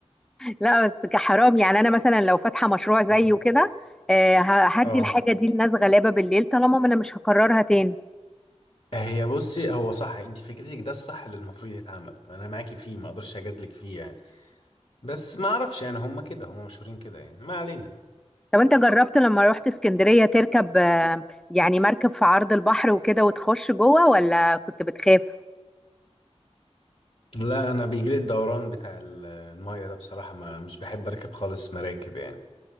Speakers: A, in the centre; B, on the left.
A: لا بس كحرام يعني انا مثلا لو فاتحة مشروع زيه
B: اه
A: كده آه، ه- هدي
B: اه
A: الحاجة دي لناس غلابة بالليل طالما ما انا مش هكررها تاني
B: هي بصي هو صح انت فكرتك ده الصح اللي المفروض يتعمل انا معاكي فيه ما اقدرش اجادلك فيه يعني بس ما اعرفش يعني هم كده هم مشهورين كده يعني ما علينا
A: طب انت جربت لما رحت اسكندرية تركب آه، يعني مركب في عرض البحر وكده وتخش جوه ولا كنت بتخاف
B: لا انا بيجيلي الدوران بتاع ال- الميه ده بصراحة ما مش بحب اركب خالص مراكب يعني